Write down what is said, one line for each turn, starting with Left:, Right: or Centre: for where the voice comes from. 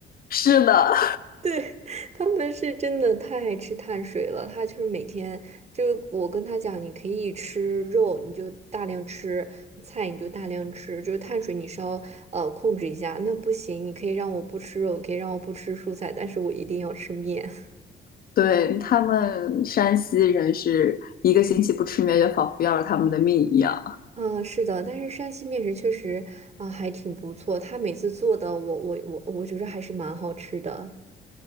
Left: 是的，
Right: 对，<laughs> 他们是真的太爱吃碳水了，他就是每天就我跟他讲，你可以吃肉，你就大量吃菜，你就大量吃，就是碳水你稍呃控制一下。那不行，你可以让我不吃肉，可以让我不吃蔬菜，但是我一定要吃面。<laughs>
Left: <laughs> 对，他们山西人是一个星期不吃面，就仿佛要了他们的命一样。
Right: 嗯，是的，但是山西面食确实啊，还挺不错，他每次做的我我我我觉得还是蛮好吃的